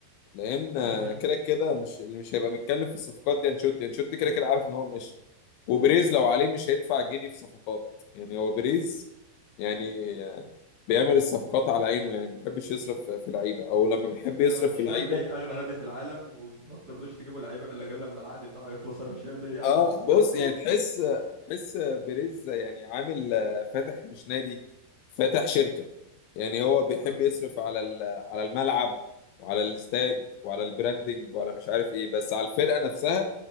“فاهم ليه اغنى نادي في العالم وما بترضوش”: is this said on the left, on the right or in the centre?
Right